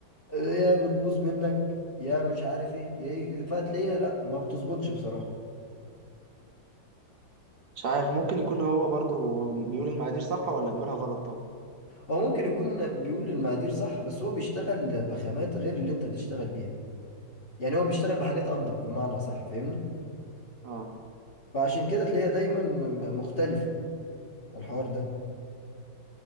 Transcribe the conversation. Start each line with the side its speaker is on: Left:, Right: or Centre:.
Left: يا بتبوظ منك يا مش عارف ايه يا ايه فتلاقيها لا ما بتظبطش بصراحة
Right: مش عارف ممكن يكون هو برضو بيقول المقادير صح ولا بيقولها غلط طب
Left: هو ممكن يكون بيقول للمقادير صح بس هو بيشتغل بخامات غير اللي انت بتشتغل بيها يعني هو بيشتغل بحاجات انضف بمعنى صح فاهمني
Right: اه
Left: فعشان كده تلاقيها دايما م- م- مختلفة الحوار ده